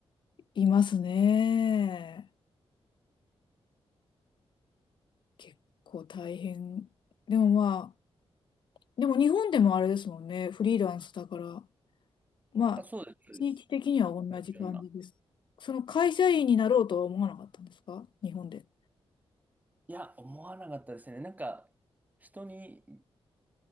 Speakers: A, on the left; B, on the right.
A: いますね。結構大変。でもまあ、でも日本でもあれですもんね、フリーランスだから、まあ、
B: あ、そうです、そうです。
A: 地域的には同じ感じです。
B: まあ、同じような。
A: その会社員になろうとは思わなかったんですか日本で。
B: いや、思わなかったですね。なんか、人に